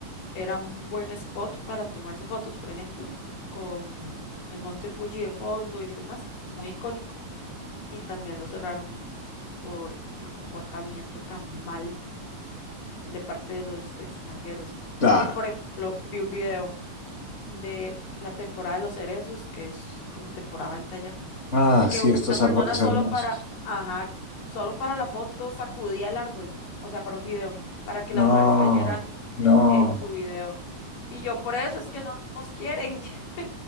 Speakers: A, on the left (about 80°); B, on the left (about 25°).
A: era un buen spot para tomarse fotos, por ejemplo, con el monte Fuji de fondo y demás, muy icónico, y también lo cerraron por el comportamiento tan mal de parte de los extranjeros.
B: Claro.
A: Y, por ejemplo, vi un video de la temporada de los cerezos, que es como temporada alta ya,
B: Ah,
A: que
B: sí,
A: una
B: estos
A: persona
B: árboles
A: solo
B: hermosos.
A: para, ajá, solo para la foto sacudía el árbol, o sea, para un video, para que
B: No,
A: las flores cayeran
B: no.
A: en su video. Y yo por eso es que no nos quieren. <laughs>